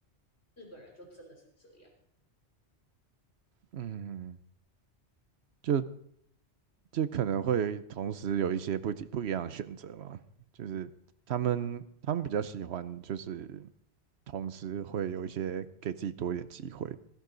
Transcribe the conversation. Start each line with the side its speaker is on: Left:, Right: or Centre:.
Left: 日本人就真的是这样。
Right: 嗯，就就可能会同时有一些不一不一样的选择嘛，就是他们他们比较喜欢就是同时会有一些给自己多一点机会，